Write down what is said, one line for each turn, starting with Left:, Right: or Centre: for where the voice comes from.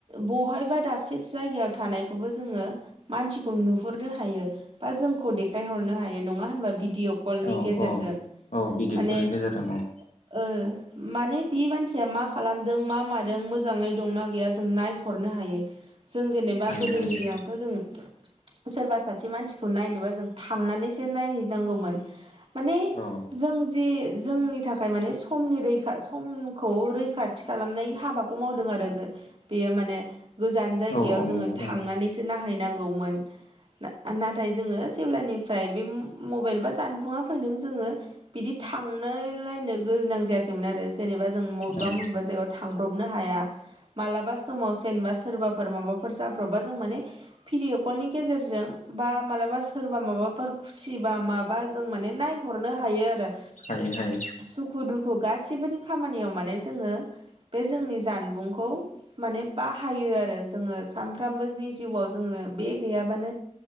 Right: बहायबा दाबसे जायगायाव थानायखौबो जोङो- मानसिखौ नुहुरनो हायो बा जोंखौ देखायहरनो हायो। नङा होनबा भिडिअ' कलनि
Left: औ
Right: गेजेरजों।
Left: औ औ भिडिअ
Right: माने-
Left: कलनि
Right: ओ
Left: गेजेरजों औ
Right: माने बे मानसिया मा खालाम खालामदों मा मादों मोजाङै दंना गैया जों नायहरनो हायो। जों जेनेबा- बा
Left: हायो
Right: गोदोनिरायावथ'
Left: हायो
Right: जों- सोरबा सासे मानसिखौ नायनोबा जों थांनानैसो नायहैनांगौमोन। माने
Left: औ
Right: जों जे जोंनि थाखाय माने समनि रैखा समखौ रैखा खा खालामनाय हाबाखौ मावदों आरो बेयो माने गोजान जायगायाव
Left: औ औ
Right: जों
Left: नंगौ औ
Right: नायहैनांगौमोन। नाथाय जोङो जेब्लानिफ्राय बे मबाइल बा जानबुंङा फैदों जोङो बिदि थांनोलायनो गोनां जायाखैमोन आरो जेनेबा जों बबेबा-
Left: औ
Right: मबेबा जायगायाव थांब्रबनो हाया। मालाबा समाव जेनबा सोरबाफोर माबाफोर जाब्रबबा जों माने भिडिय'कलनि गेजेरजों बा मालाबा सोरबा माबाफोर खुसि बा माबा जों माने नाय हरनो हायो। आरो
Left: हायो हायो
Right: सुखु -दुखु गासिबोनि खामानियाव माने जोङो बे जोंनि जानबुंखौ माने बाहायो आरो जोङो सानफ्रामबोनि जिउआव जोङो बे गैयाबानो